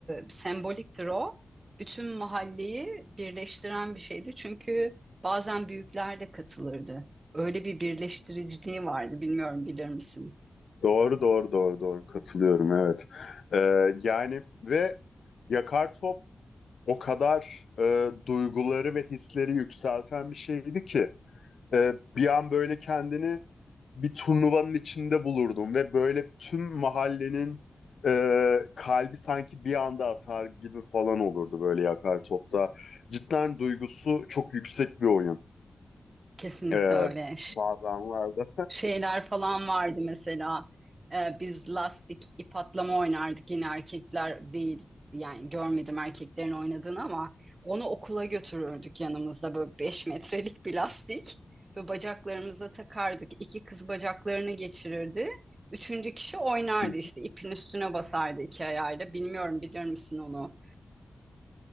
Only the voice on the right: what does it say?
semboliktir o. Bütün mahalleyi birleştiren bir şeydi. Çünkü bazen büyükler de katılırdı. Öyle bir birleştiriciliği vardı. Bilmiyorum bilir misin?
Kesinlikle
öyle.
şeyler falan vardı mesela. Ee, biz lastik ip atlama oynardık yine erkekler değil yani görmedim erkeklerin oynadığını ama onu okula götürürdük yanımızda böyle 5 metrelik bir lastik ve bacaklarımıza takardık. İki kız bacaklarını geçirirdi. Üçüncü kişi oynardı
işte ipin üstüne basardı iki ayağıyla. Bilmiyorum bilir misin onu?